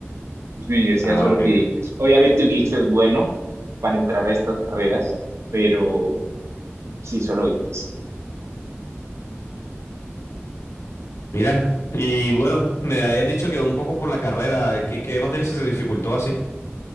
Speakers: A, on the right; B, on the left.
A: Pues, mi universidad
B: Ah,
A: solo
B: ok.
A: pide
B: ok.
A: ICFES. Obviamente un ICFES es bueno para entrar a estas carreras, pero sí, solo ICFES.
B: Mira, y bueno, me habías dicho que un poco por la carrera, ¿qué, qué materia se te dificultó así?